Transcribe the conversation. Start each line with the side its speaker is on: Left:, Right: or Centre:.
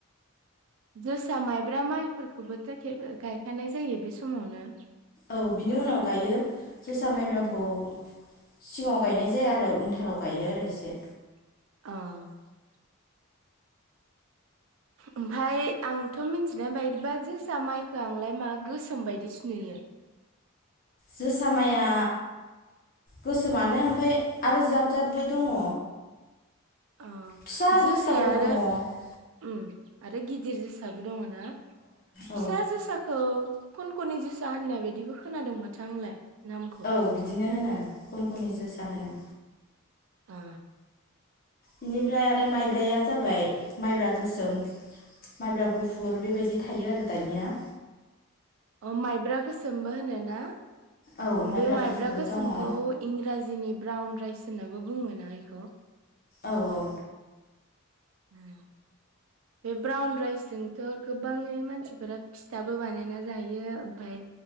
Right: जोसा माइब्रा माइफोरखौबोथ' गायखानाय जायो बे समावनो
Left: औ बिनि उनाव गायो जोसा माइब्राखौ
Right: उम
Left: सिगाव गायनाय जाया आरो उिन्टाराव गायो आरो एसे
Right: औ ओमफफ्राय आंथ' मिथिनाय बायदिबा जोसा माइखौो आंलाय मा गोसोम बायदिस नुयो।
Left: जोसाामाया गोसोमानो ओमफ्राय आरो जाद जादबो दङ
Right: अ
Left: फिसा
Right: जोसाया
Left: जोसाबो
Right: आरो
Left: दङ अ
Right: उम आरो गिदिर जोसाबो दङ ना
Left: औ
Right: फिसा जोसाखौ खन खननि जोसा होननाय बायदिबो खोनादों माथो आंलाय नामखौ
Left: औ बिदिनो होनो खन खननि जो सा होनो
Right: ओ
Left: बेनिफ्राय आरो माइब्राया जाबाय माइब्रा गोसोम माइब्रा गुफुर बेबायदि थायो आरो दानिया
Right: माइब्रा गोसोमबो होनोना?
Left: औ
Right: बे माइब्रा
Left: गुफुरबो
Right: गोसोमखौ
Left: दङ औ
Right: इंराजिनि ब्राउन राइस होनाबो बुङो ना इखौ?
Left: औ औ
Right: उम बे ब्राउन राइसजोंथ गोबाङै मानसिफोरा फिथाबो बानायना जायो ओमफाय